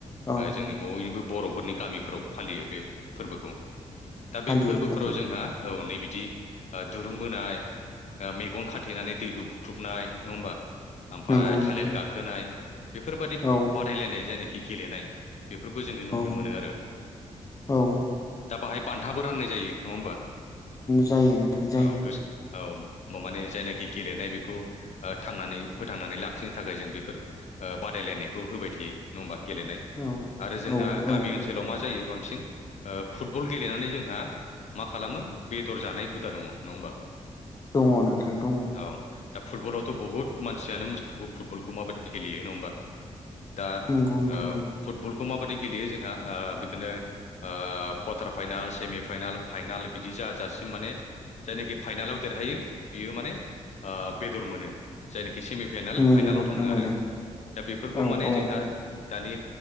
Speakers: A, on the left; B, on the left.
A: औ
B: जोंनि बयनिबो बर'फोरनि गामिफोराव फालियो बे फोरबोखौ। दा
A: फालियो
B: बे फोरबोफोराव
A: फालियो
B: जोंहा औ नैबे बिदि ओ दुरुं बोनाय ओ मेगन खाथेनानै दैखौ बुख्रुबनाय नङा होमबा? ओमफफ्राय
A: नंगौ नोंथां
B: थालिर गाखोनाय बेफोरबायाददि
A: औ
B: बादायलायनाय जायनाखि गेलेनाय बेफोरखौ जोङो नुनो
A: औ
B: मोनो आरो
A: औ
B: दा बाहाय बान्थाबो राननाय जायो नङा होमबा?
A: जायो नोंथां जायो
B: औ गोसो औ माने जायनाखि गेलेनाय बेखौ ओ थांनानै फोथांनानै लाखिनो नि थाखाय जों बेफोर ओ बादायलायनायखौ होबाय थायो नङा होमबा गेलेनाय
A: औ
B: आरो जोंहा
A: औ
B: गामि
A: औ
B: ओनसोलाव मा जायो बांसिन ओ फुटबल गेलेनानै जोंहा मा खालामो बेदर जानाय हुदा दङ नङा होमबा?
A: अ नोंथां दङ।
B: औ दा फुटबलावथ' बहुत मानसियानो मोथिखागौ फुटबलखौ माबायदि गेलेयो नङा होमबा दा ओ
A: नंगौ नोंथां नंगौ
B: फुटबलखौ माबायदि गेलेयो जोंहा ओ बिदिनो ओ कवारटार फाइनाल सेमि फाइनाल फाइनाल बिदि जा जासे माने जायनाखि फाइनालाव देरहायो बियो माने ओ बेदर मोनो जायनाखि सेमि फाइनाल
A: मोनो
B: फाइनालाव
A: नोंथां
B: थाङो
A: मोनो
B: आरो दा बेफोरखौ
A: औ
B: माने
A: औ
B: जोंहा दानि